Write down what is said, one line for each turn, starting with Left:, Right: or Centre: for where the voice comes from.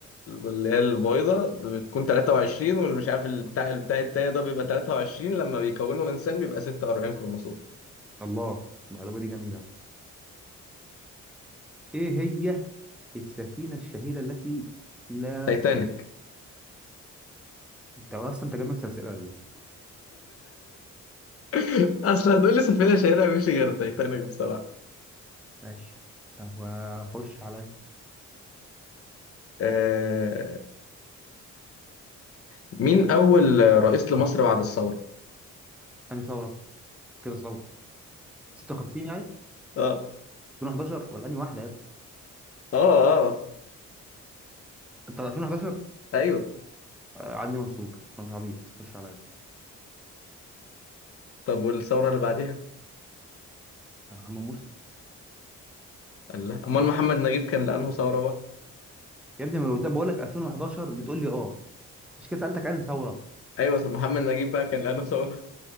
Left: اللي هي البيضة بتكون 23 والمش عارف البتاع البتاع التاني ده بيبقى 23 لما بيكونوا إنسان بيبقى 46 كروموسوم
Centre: الله المعلومة دي جميلة ايه هي السفينة الشهيرة التي لا
Left: تايتانيك
Centre: انت اصلا انت جايب نفس الاسئله ولا ايه
Left: <laughs> أصل هتقولي سفينة شهيرة مفيش غير تايتانيك بصراحة
Centre: ماشي طب وخش عليا
Left: آه... مين أول رئيس لمصر بعد الثورة؟
Centre: انهي ثوره كده ثوره 56 يعني
Left: اه
Centre: 2011 ولا انهي واحده يا ابني
Left: اه اه
Centre: انت 2011
Left: ايوه
Centre: آه، عدلي منصور انا مش عبيط خش عليا
Left: طب والثورة اللي بعديها؟
Centre: آه، محمد مرسي
Left: الله أمال محمد نجيب كان لأنه ثورة بقى
Centre: يا ابني ما أنا بقول لك 2011 بتقول لي اه عشان كده سالتك انهي ثوره
Left: ايوه طب محمد نجيب بقى كان لانه ثوره